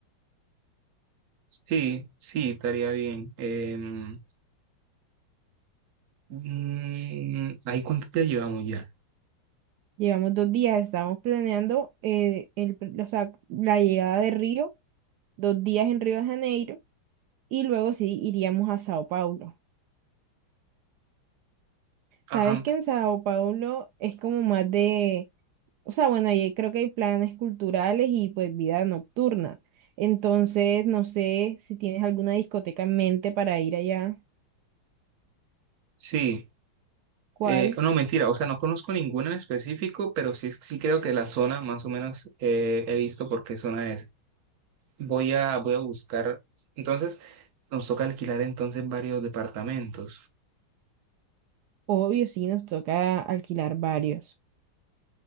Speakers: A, on the right; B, on the right.
A: Sí, sí, estaría bien. Em, mm, ¿ahí cuánto te llevamos ya?
B: Llevamos dos días, estamos planeando eh, el pr- o sea, la llegada de Río, dos días en Río de Janeiro y luego sí iríamos a Sao Paulo.
A: Ajá.
B: Sabes que en Sao Paulo es como más de O sea, bueno, ahí creo que hay planes culturales y pues vida nocturna. Entonces, no sé si tienes alguna discoteca en mente para ir allá.
A: Sí.
B: ¿Cuál?
A: Eh, no, mentira, o sea, no conozco ninguna en específico, pero sí, sí creo que la zona más o menos eh, he visto por qué zona es. Voy a, voy a buscar, entonces nos toca alquilar entonces varios departamentos.
B: Obvio, sí, nos toca alquilar varios.